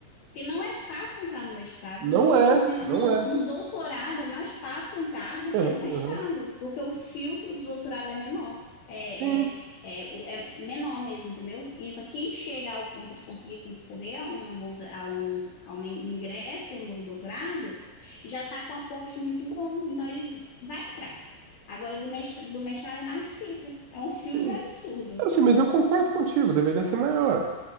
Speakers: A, on the left; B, on the right.
A: Porque não é fácil entrar no mestrado,
B: Não
A: e muito
B: é,
A: me-
B: não
A: no, dou-
B: é.
A: no doutorado é mais fácil entrar do
B: Aham.
A: que no mestrado,
B: aham.
A: porque o filtro do doutorado é menor, é,
B: Sim,
A: é, é, o- é menor mesmo, entendeu? Então, quem chega ao ponto de conseguir concorrer a uma bolsa, a um, a um ingresso no doutorado, já está com um aporte muito bom, então ele vai entrar. Agora, do mestrado, do mestrado é mais difícil, é um filtro
B: sim.
A: absurdo.
B: Eu sei, mas eu concordo contigo, deveria ser maior.